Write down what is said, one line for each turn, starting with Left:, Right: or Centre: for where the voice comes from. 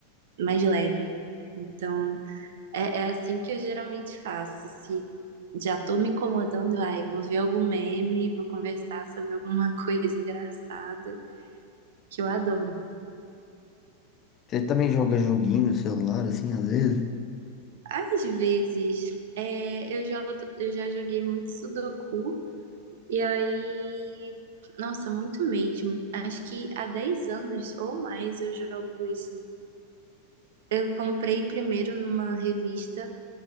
Right: Mais leve. Então, é, é assim que eu geralmente faço. Se já tô me incomodando, ai, vou ver algum meme, vou conversar sobre alguma <laughs> coisa engraçada, que eu adoro.
Left: Você também joga joguinho no celular, assim, às vezes?
Right: Às vezes, é, eu, jogo, eu já joguei muito Sudoku. E aí, nossa, muito mesmo. Acho que há 10 anos ou mais eu jogo isso. Eu comprei primeiro numa revista